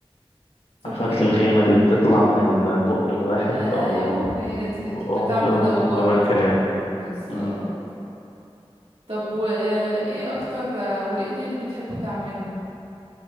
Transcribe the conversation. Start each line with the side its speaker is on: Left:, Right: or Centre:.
Right: طب
Left: عفاريت
Right: وايه
Left: الغيمة دي اللي بتطلع من البق الواحد
Right: ايوه
Left: أو
Right: هي
Left: من
Right: دي
Left: بقهم
Right: بتاع
Left: كده
Right: مدورة
Left: مكتوب جواها الكلام
Right: دي بالظبط
Left: مم.
Right: طب وايه اكتر آه، وايه تاني بتحب تعمله